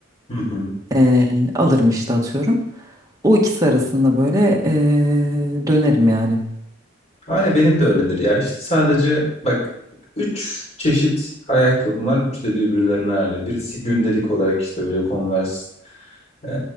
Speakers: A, on the left (about 35°); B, on the right (about 20°).
A: hı hı.
B: E, alırım işte atıyorum. O ikisi arasında böyle eee, dönerim yani.
A: Aynı benim de öyledir ya. İşte sadece bak üç çeşit ayakkabım var. Üçü de birbirlerine aynı. Birisi gündelik olarak işte böyle Converse, e,